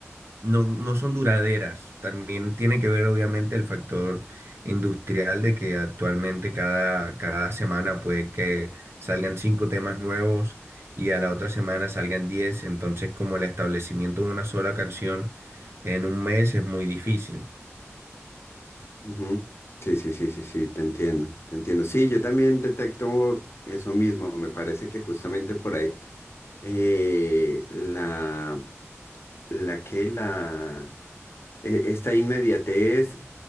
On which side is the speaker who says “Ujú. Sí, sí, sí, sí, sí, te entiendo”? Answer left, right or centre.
Left